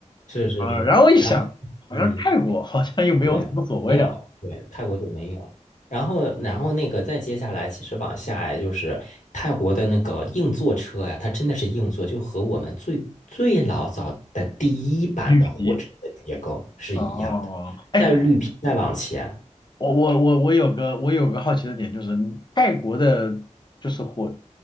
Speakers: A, on the left; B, on the left.
A: 是是是，
B: 啊，然后一想，
A: 然后嗯。
B: 好像是泰国好像又没有什么所谓啊，
A: 对，没有，对，泰国就没有。然后，然后那个再接下来，其实往下呀，就是泰国的那个硬座车呀，它真的是硬座，就和我们最最老早的第一版的火车的结构是一样的。
B: 绿皮。哦，哎，
A: 在绿皮再往前，
B: 我我我我有个我有个好奇的点就是，泰国的就是火